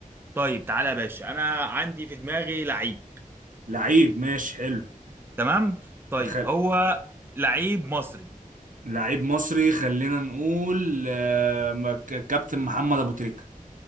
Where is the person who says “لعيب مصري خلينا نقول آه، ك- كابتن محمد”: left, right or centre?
Right